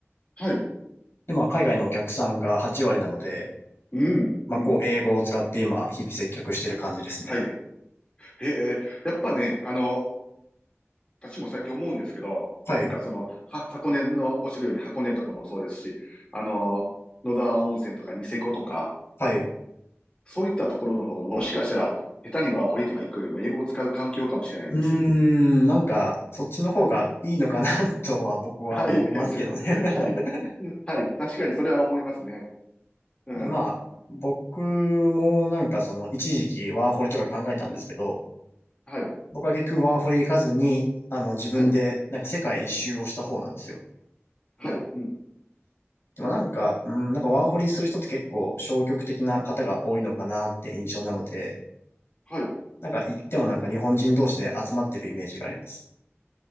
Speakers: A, on the left (about 25°); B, on the left (about 60°).
A: はい。
B: で、まあ、海外のお客さんが8割なので、
A: うん。
B: まあ、
A: うん。
B: こう、英語を使って今、日々接客してる感じですね。
A: はい。へえ。やっぱね、あの、私も最近思うんですけど、
B: はい。
A: なんかその、は、箱根の、おっしゃるように箱根とかもそうですし、あの、野沢温泉とかニセコとか、
B: はい。
A: そういったところの方がもしかしたら、下手にワーホリとか行くよりも英語を使う環境かもしれないです。
B: うーん、なんか、そっちの方がいいのかな <laughs> とは僕は思いますけどね
A: はい。<laughs> はい。
B: <laughs>
A: はい。確かにそれは思いますね。うん。
B: で、まあ、僕もなんかその、一時期ワーホリとか考えたんですけど、
A: はい。
B: 僕は結局ワーホリ行かずに、あの、自分でなんか世界一周をした方なんですよ。
A: はい。はい。うん。
B: でもなんか、うん、なんかワーホリする人って結構消極的な方が多いのかなって印象なので、
A: はい。
B: なんか行ってもなんか日本人同士で集まってるイメージがあります。